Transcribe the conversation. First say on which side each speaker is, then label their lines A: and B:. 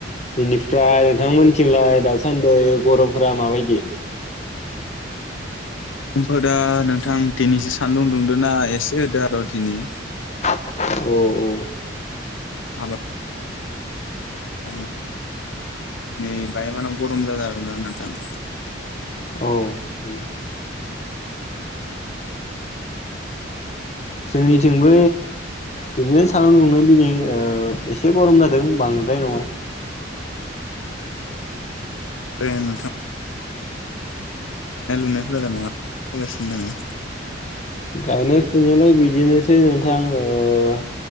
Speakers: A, on the left; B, on the left.
A: बेनिफ्राय नोंथांमोनथिंलाय दासान्दै गरमफोरा माबायदि?
B: <unintelligible> दा नोंथां दिनैसो सान्दुं दुंदो ना एसे दा दिनि।
A: <unintelligible> औ औ।
B: आबा <unintelligible> नै बायमानाव गरम जादों आरोना नोंथां।
A: औ उम। जोंनिथिंबो बिदिनो सानदुं दुंदों दिनै ओ एसे गरम जादों बांद्राय नङा।
B: ए नोंथां। <unintelligible> फैगासिनो दों।
A: गायनाय फुनायालाय बिदिनोसै नोंथां ओ